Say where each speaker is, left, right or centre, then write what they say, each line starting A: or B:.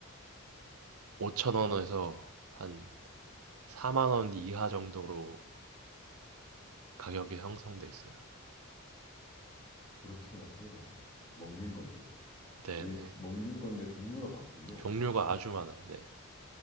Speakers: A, on the right; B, on the left.
A: 5천원에서 한 4만 원 이하 정도로 가격이 형성돼 있어요.
B: 그렇게나 차이가 많이 나는 거예요. 먹는 건데요.
A: 네네.
B: 이게 먹는 건데 종류가 많군요.
A: 종류가
B: 그렇죠?
A: 아주 많아요. 네.